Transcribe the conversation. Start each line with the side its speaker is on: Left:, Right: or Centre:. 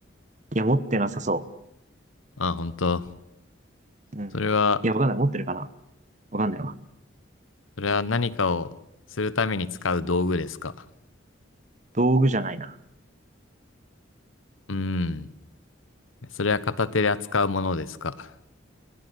Right: いや、持ってなさそ
Left: あ、本当。
Right: う。うん。
Left: それは、
Right: いや、わかんない。持ってるかなわかんないわ。
Left: それは何かをするために使う道具ですか。
Right: 道具じゃないな。
Left: うん。それは片手で扱うものですか。